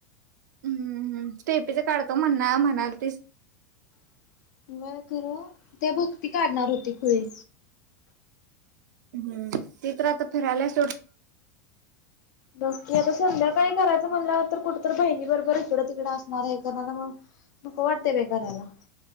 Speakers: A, on the right (about 80°); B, on the left (about 80°).
A: हम्म हम् स्टेफीच काढतो म्हणा म्हणाल तीच ती-
B: <unintelligible> खरं ते भक्ती काढणार होती. होये.
A: हम्म ते तर आता फिरायल्या सोड.
B: बघकी आता संध्याकाळी करायचं म्हणल्यावर तर कुठ तर बहिणी बरोबर हिकडं तिकडं असणारए <unintelligible> मग. नको वाटतंय बाई करायला.